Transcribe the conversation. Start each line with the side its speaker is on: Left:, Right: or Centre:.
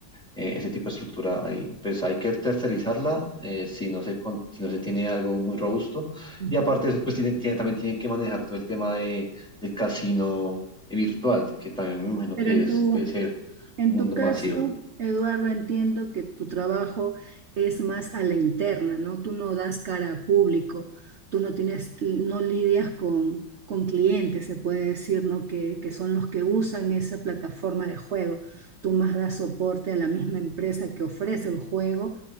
Centre: eh, ese tipo de estructura ahí, pues hay que tercerizarla eh, si no se, con- si no se tiene algo muy robusto.
Right: Ujú.
Centre: Y aparte de eso, pues tiene, tiene- también tienen que manejar todo el tema de, del casino virtual, que también me imagino
Right: Pero
Centre: que
Right: en
Centre: es,
Right: tu,
Centre: debe ser
Right: En
Centre: un
Right: tu
Centre: mundo
Right: caso,
Centre: masivo.
Right: Eduardo, entiendo que tu trabajo es más a la interna, ¿no? Tú no das cara a público, tú no tienes, no lidias con, con clientes, se puede decir, ¿no? Que, que son los que usan esa plataforma de juego. Tú más das soporte a la misma empresa que ofrece el juego